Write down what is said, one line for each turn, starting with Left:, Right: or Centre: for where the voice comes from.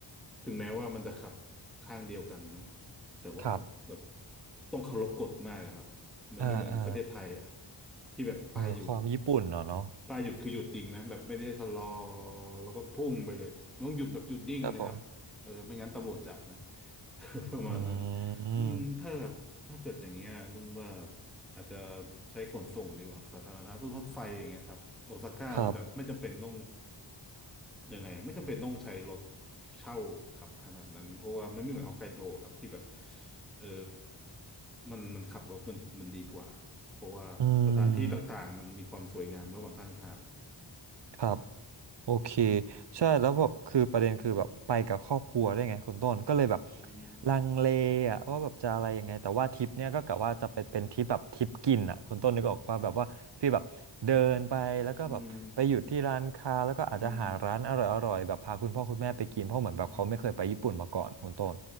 Centre: ถึงแม้ว่ามันจะขับข้างเดียวกันเนาะแต่ว่าแบบ
Right: ครับ
Centre: ต้องเคารพกฎมากอะครับมันไม่เหมือนประเทศไทยอ่ะ
Right: อ่าอ่า
Centre: ที่แบบป้ายหยุด
Right: เออความญี่ปุ่นเนาะเนาะ
Centre: ปลายหยุดคือหยุดจริงนะแบบไม่ได้ชะลอแล้วก็พุ่งไปเลยมันต้องหยุดแบบหยุดนิ่งเลยครับเออไม่งั้นตำรวจจับนะ
Right: ครับผม
Centre: <laughs> ประมาณนั้น
Right: อืม
Centre: อืมถ้าถ้าเกิดอย่างเงี้ยนุ่นว่าอาจจะใช้ขนส่งดีกว่าครับสาธารณะพวกรถไฟอย่างเงี้ยครับโอซาก้ามันแบบไม่จำเป็นต้อง
Right: ครับ
Centre: ยังไงอะไม่จำเป็นต้องใช้รถเช่าขับขนาดนั้นเพราะว่ามันไม่เหมือนฮอกไกโดครับที่แบบเออมันมันขับรถมันมันดีกว่า เพราะว่าสถานที่ต่างๆมันมีความสวยงามระหว่างข้างทางอะ
Right: อืมครับ โอเคใช่แล้วแบบคือประเด็นคือแบบไปกับครอบครัวได้วยไงคุณต้นก็เลยแบบ
Centre: อืม
Right: ลังเลอะว่าแบบจะอะไรยังไงแต่ว่าทริปเนี้ยก็กะว่าจะเป็นเป็นทริปแบบทริปกินอะคุณต้นนึกออกว่าแบบว่าฟีลแบบเดินไปแล้วก็แบบไปหยุดที่ร้านค้าแล้วก็อาจจะหาร้านอร่อยอร่อยแบบพาคุณพ่อคุณแม่ไปกินเพราะเหมือนแบบเขาไม่เคยไปญี่ปุ่นมาก่อนคุณต้น
Centre: อืมอืมอืม